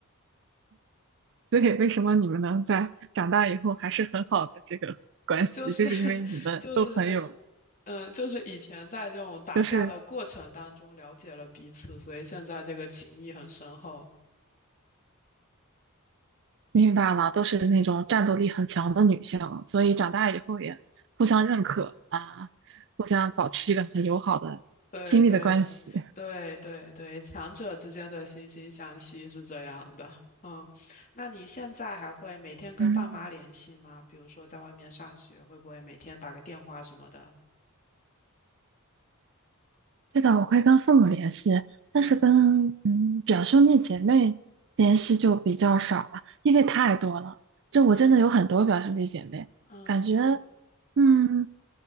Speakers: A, on the right; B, on the left.
A: 所以为什么你们能在长大以后还是很好的这个 <laughs> 关系，
B: 就是
A: 就是因为你们都很有，
B: <laughs> 就是嗯嗯，就是以前在这种打架的过程当中了解了彼此，
A: 就是
B: 所以现在这个情谊很深厚。
A: 明白了，都是那种战斗力很强的女性，所以长大以后也互相认可啊，互相保持一个很友好的亲密的关系。
B: 对对对对对，强者之间的惺惺相惜是这样的。嗯，那你现在还会每天跟爸妈联系吗？
A: 嗯。
B: 比如说在外面上学，会不会每天打个电话什么的？
A: 对的，我会跟父母联系，但是跟嗯表兄弟姐妹联系就比较少了，
B: 嗯
A: 因为太多了。这我真的有很多表兄弟姐妹，
B: 嗯嗯嗯，
A: 感觉嗯